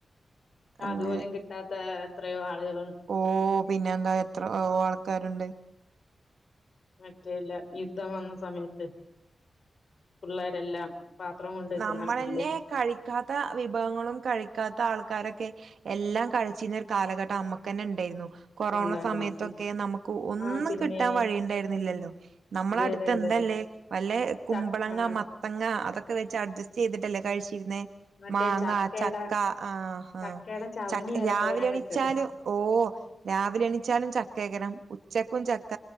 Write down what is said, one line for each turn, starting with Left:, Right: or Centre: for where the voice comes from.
Right: അങ്ങനെ
Left: അതുപോലും കിട്ടാത്ത എത്രയോ- ആളുകൾ.
Right: ഓ.. പിന്നെ എന്താ എത്ര ഓ ആൾക്കാരുണ്ട്.
Left: മറ്റേല്ല യുദ്ധം വന്ന സമയത്ത് പിള്ളേരെല്ലാം പാത്രം കൊണ്ട് വെക്കുന്ന
Right: നമ്മളന്നെ
Left: കണ്ടില്ലേ
Right: കഴിക്കാത്ത വിഭവങ്ങളും കഴിക്കാത്ത ആൾക്കാരെ ക്കെ എല്ലാം കഴിച്ചീര്ന്ന ഒരു കാലഘട്ടം അമ്മക്കന്നെ ഇണ്ടേരുന്നു കൊറോണ
Left: ഉണ്ടായിരുന്നു
Right: സമയത്തൊക്കെ നമ്മക്കു ഒന്നും
Left: ആ ആ പിന്നെ
Right: കിട്ടാൻ വഴിണ്ടാരുന്നില്ലല്ലോ നമ്മളട്ത്ത്
Left: അതെ അതെ അതെ
Right: എന്താ
Left: അതെ
Right: ല്ലേ വല്ല കുമ്പളങ്ങ,
Left: ചക്ക ആ
Right: മത്തങ്ങ അതൊ ജെസ്റ്റെയ്തിട്ടല്ലേ കഴിച്ച് ഇര്ന്നേ
Left: മറ്റേ
Right: മാങ്ങ,
Left: ചക്കയുടെ
Right: ചക്ക ആഹ്
Left: ചക്കയുടെ
Right: ആഹ്
Left: ചവിണി
Right: ച
Left: വരെ
Right: രാവിലെ
Left: തോരൻ
Right: എണിച്ചാലും
Left: വെച്ചത്
Right: ഒ ഓഹ് രാവിലെ എണിച്ചാലും ചക്കേക്കാരം ഉച്ചക്കും ചക്ക